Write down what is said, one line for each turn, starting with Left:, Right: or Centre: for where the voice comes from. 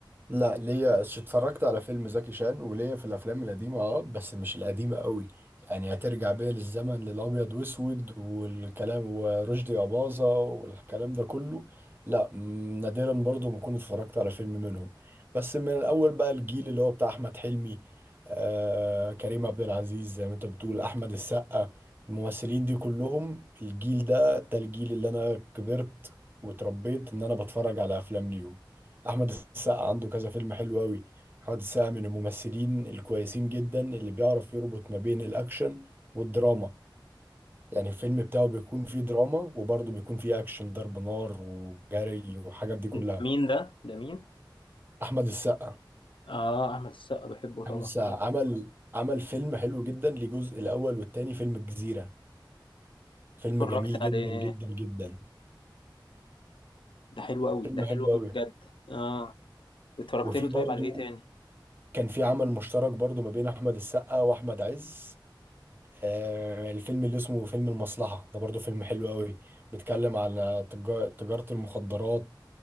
Right: لا ليا ش- اتفرجت على فيلم زكي شان وليا في الافلام القديمه اه بس مش القديمه قوي يعني هترجع بيا للزمن للابيض واسود والكلام ورشدي اباظه والكلام ده كله لا م- نادرا برضو ما كنت اتفرجت على فيلم منهم بس من الاول بقى الجيل اللي هو بتاع احمد حلمي آه كريم عبد العزيز زي ما انت بتقول احمد السقا الممثلين دي كلهم الجيل ده ده الجيل اللي انا كبرت وتربيت ان انا بتفرج على افلام ليهم احمد السقا عنده كذا فيلم حلو قوي احمد السقا من الممثلين الكويسين جدا اللي بيعرف يربط ما بين الاكشن والدراما يعني الفيلم بتاعه بيكون فيه دراما وبرضه بيكون فيه اكشن ضرب نار وجري وحاجات دي كلها
Left: ده مين ده ده مين
Right: احمد السقا
Left: اه احمد السقا بحبه طبعا
Right: احمد السقا
Left: كم
Right: عمل عمل فيلم حلو جدا لجزء الاول والتاني فيلم الجزيرة فيلم
Left: اتفرجت
Right: جميل جدا
Left: عليه
Right: جدا جدا
Left: ده حلو قوي
Right: فيلم
Left: ده حلو
Right: حلو
Left: قوي
Right: قوي
Left: بجد اه اتفرجت
Right: وفي
Left: له
Right: برضه
Left: طيب على ايه تاني
Right: كان في عمل مشترك برضه ما بين احمد السقا واحمد عز آه، الفيلم اللي اسمه فيلم المصلحة ده برضو فيلم حلو قوي بيتكلم على تجا- تجارة المخدرات